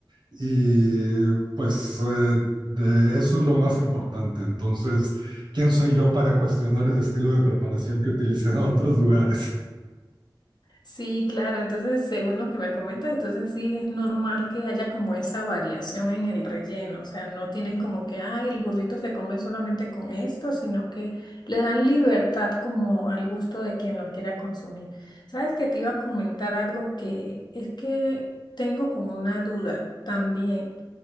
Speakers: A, on the right; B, on the left.
A: Y pues eh, de eso es lo más importante. Entonces, ¿quién soy yo para cuestionar el estilo de preparación que utilizan en otros lugares?
B: Sí, claro, entonces según lo que me comentas, entonces sí es normal que haya como esa variación en el relleno, o sea, no tienen como que, ay, el burrito se come solamente con esto, sino que le dan libertad como al gusto de quien lo quiera consumir. Sabes que te iba a comentar algo que es que tengo como una duda también.